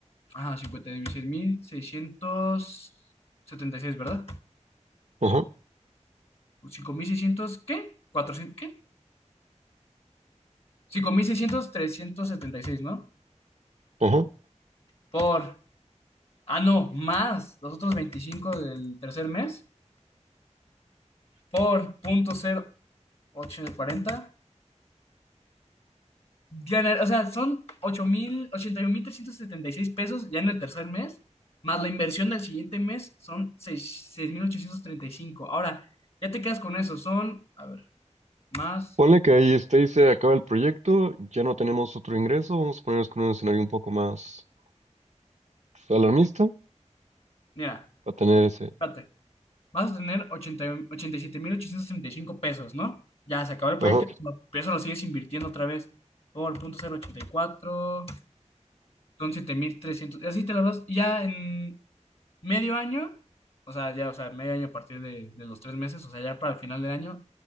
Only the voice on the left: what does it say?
ajá, cincuenta y y seis mil seiscientos setenta y seis ¿verdad?
5.600, ¿qué? ¿400, qué? cinco mil seiscientos trescientos setenta y seis ¿no?
Por, ah, no, más los otros 25 del tercer mes, por punto cero ochocientos cuarenta Ganar, o sea, son ocho mil mil ochenta y un mil trescientos setenta y seis pesos ya en el tercer mes, más la inversión del siguiente mes son seis- 6.835. Ahora, ya te quedas con eso, son, a ver, más,
mira,
espérate. vas a tener ochenta y- 87.865 pesos, ¿no? Ya se acabó el proyecto,
pero eso lo sigues invirtiendo otra vez por punto cero ochenta y cuatro son 7.300 y así te las vas, y ya en medio año, o sea, ya, o sea, medio año a partir de, de los tres meses, o sea, ya para el final del año,